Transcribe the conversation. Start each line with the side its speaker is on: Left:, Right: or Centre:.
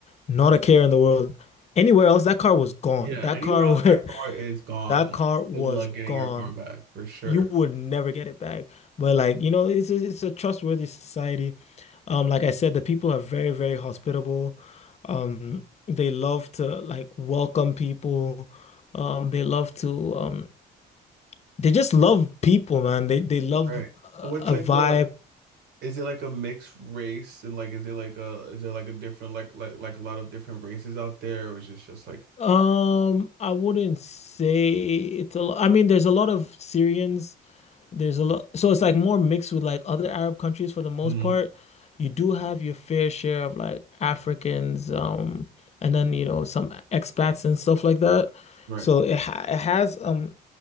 Left: not a care in the world anywhere else that car was gone
Right: Yeah.
Left: that
Right: Anywhere
Left: car
Right: else, that car is
Left: <laughs>
Right: gone.
Left: that car was
Right: Good luck getting
Left: gone
Right: your car back for sure.
Left: you would never get it back. But like, you know, it's a- it's a trustworthy society. Um, like I said, the people are very, very hospitable. Um, they love to like welcome people. Um, they love to um, they just love people, man. They they love
Right: Right.
Left: a
Right: What's like
Left: a vibe.
Right: the Is it like a mixed race and like is it like a is there like a different like like like a lot of different races out there or is it just like
Left: Um, I wouldn't say it's a lot. I mean, there's a lot of Syrians There's a lot, so it's like more mixed with like other Arab countries for the most
Right: Mhm.
Left: part. You do have your fair share of like Africans, um, and then you know some expats and stuff like that.
Right: right.
Left: So it ha it has um